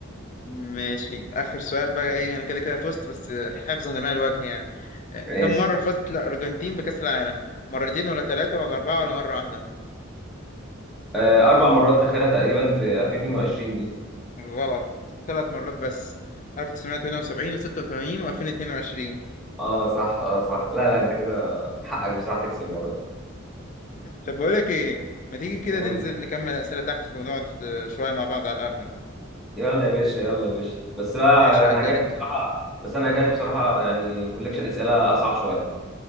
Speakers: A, on the left; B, in the centre.
A: ماشي آخر سؤال بقى إيه أنا كده كده فزت بس حفظا لما الوجه يعني آه،
B: ماشي
A: كم مرة فازت الأرجنتين بكأس العالم؟ مرتين ولا ثلاثة ولا أربعة ولا مرة واحدة؟
B: آه، اربع مرات اخرها تقريبا في 2022 دي
A: غلط ثلاث مرات بس 1978 و86 و2022
B: اه صح اه صح لا لا انت كده حقك بصراحه تكسب المره دي
A: طب بقول لك إيه ما تيجي كده
B: يعني
A: ننزل
B: قول لي
A: نكمل أسئلة تحت ونقعد آه، شوية مع بعض على القهوة
B: يلا يا باشا يلا يا باشا بس بقى
A: ماشي هعدي
B: انا هجاش
A: عليك
B: بصراحه بس انا هجاش بصراحه يعني كولكشن اسئله اصعب شويه